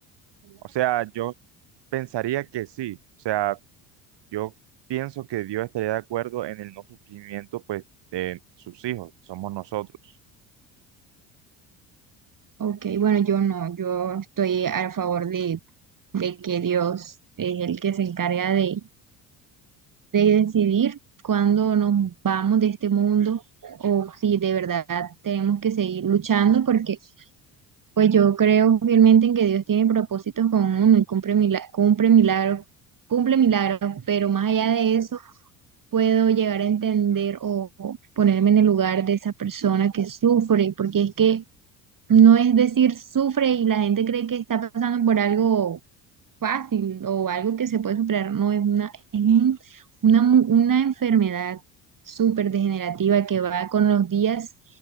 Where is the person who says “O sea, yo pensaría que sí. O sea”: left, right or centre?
Right